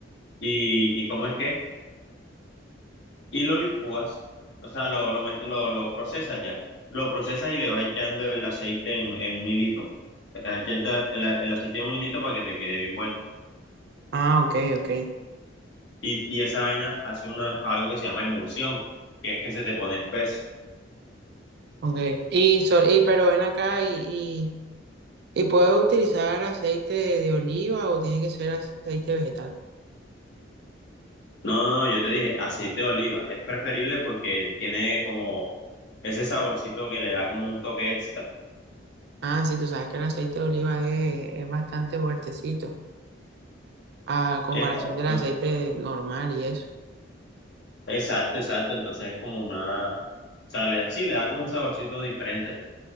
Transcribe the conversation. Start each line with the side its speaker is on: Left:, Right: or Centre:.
Left: y, ¿y cómo es que? y lo licúas, o sea, lo, lo, me- lo, lo procesas ya. Lo procesas y le vas echando el aceite en, en un hilito. O sea, echando el, el aceite en un hilito para que te quede bien bueno.
Right: Ah, ok, ok.
Left: Y, y esa vaina hace una, algo que se llama emulsión, que es que se te pone espeso.
Right: Ok. Y, so- y pero ven acá y, y, y ¿puedo utilizar aceite de oliva o tiene que ser aceite vegetal?
Left: No, no, no, yo te dije aceite de oliva. Es preferible porque tiene como ese saborcito que le da como un toque extra.
Right: Ah, sí, tú sabes que el aceite de oliva es, es bastante fuertecito a comparación
Left: Exacto.
Right: del aceite normal y eso.
Left: Exacto, exacto. Entonces es como una, o sea, le- sí, le da como un saborcito diferente.